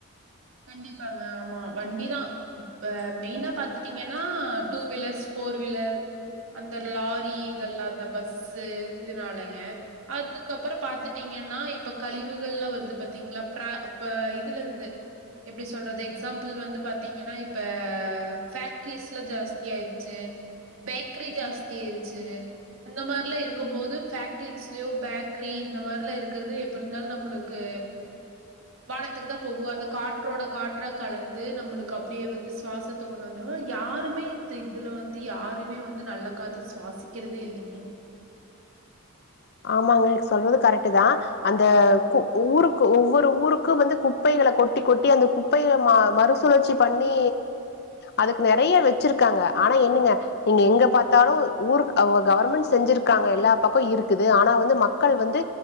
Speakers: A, on the right; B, on the left.
A: கண்டிப்பாங்க ஆமா வண்டிதா இப்ப மெயினா பாத்துட்டீங்கன்னா டூ வீலர்ஸ் ஃபோர் வீலர் அந்த லாரி இதெல்லாதா பஸ்ஸு இதனாலெங்க அதுக்கப்புறோ பாத்துட்டீங்கன்னா இப்ப கழிவுகள்லா வருது பாத்தீங்களா ப்ரா அப்ப இதுலெந்து எப்டி சொல்றது எக்ஸாம்பிள் வந்து பாத்தீங்கன்னா இப்ப ஃபேக்ட்ரீஸ்ல்லா ஜாஸ்தி ஆயிருச்சு பேக்ரி ஜாஸ்தி ஆயிருச்சு அந்த மாரிலா இருக்கும்மோது ஃபேக்டரிஸ்லியோ பேக்ரி இந்த மாரிலா இருக்கிறது எப்பிருந்தாலு நம்மளுக் கு வானத்துக்குதா போகு அது கா ற்றோட காற்றா கலந்து நம்மளுக்கு அப்படியே வந்து சுவாசத்த கொண்ட் வந்துரு யாருமே இந்த இதுல வந்து யாருமே வந்து நல்ல காத்து சுவாசிக்கிறதே இல்லிங்க
B: ஆமாங்க சொல்றது கரெக்ட்டுதா அந்த கு ஊருக்கு ஒவ்வொரு ஊருக்கு வந்து குப்பைகள கொட்டி கொட்டி அந்த கு ப்பைக ம மறுசுழற்சி பண்ணி அதுக்கு நெறயா வெச்சிருக்காங்க ஆனா என்னங்க நீங்க எங்க பாத்தாலு ஊருக்கு அவ கவர்மெண்ட் செஞ்சிருக்காங்க எல்லா பக்கோ இரு க்குது ஆனா வந்து மக்கள் வந்து